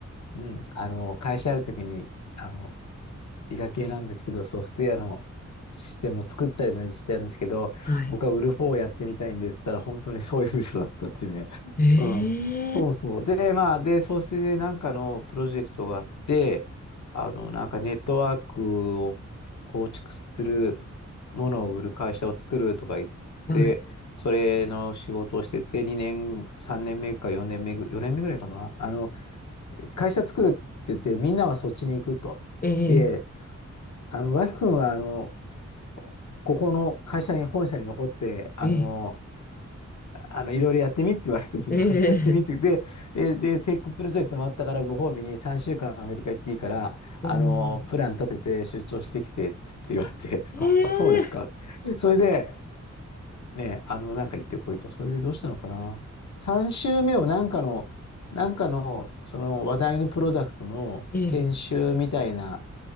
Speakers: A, on the left; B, on the left.
A: うん。あの、会社あるときに、あの、理科系なんですけど、ソフトウェアのシステムを作ったりもしてたんですけど、
B: はい。
A: 僕は売る方をやってみたいんですって言ったら、本当にそういう部署だったっていうね。
B: ええ
A: うん。そうそう。で、まあ、で、そうでなんかのプロジェクトがあって、あの、なんかネットワークを構築するものを売る会社を作るとか言って、
B: はい。
A: それの仕事をしてて、2年、3年目か4年目ぐ、4年目ぐらいかな。あの、会社作るって言って、みんなはそっちに行くと。
B: ええ
A: で、あの、脇君は、あの、ここの会社に、本社に残って、あの、
B: ええ、
A: あの、いろいろやってみって言われて、<laughs> いろいろやってみって、
B: ええ、
A: で、で、で、成功プロジェクトもあったから、ご褒美に3週間アメリカ行っていいから、あの、
B: おー
A: プラン立てて出張してきてって言われて、<laughs>
B: え
A: あ、あそうですか。
B: え、
A: それで、ね、あの、なんか行ってこいと、それでどうしたのかな。3週目をなんかの、なんかの、その話題のプロダクトの研修みたいな、
B: ええ、